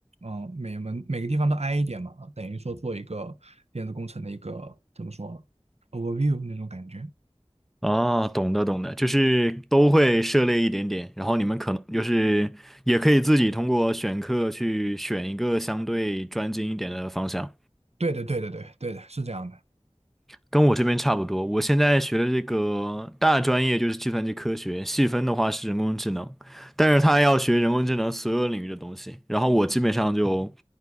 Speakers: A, on the right; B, in the centre.
A: 嗯，每门每个地方都挨一点嘛，啊等于说做一个电子工程的一个怎么说 overview 那种感觉。
B: 哦，懂的懂的，就是都会涉猎一点点，然后你们可能就是也可以自己通过选课去选一个相对专精一点的方向，
A: 对的，对的，对，对的，是这样的。
B: 跟我这边差不多。我现在学的这个大专业就是计算机科学，细分的话是人工智能，但是他要学人工智能所有领域的东西，然后我基本上就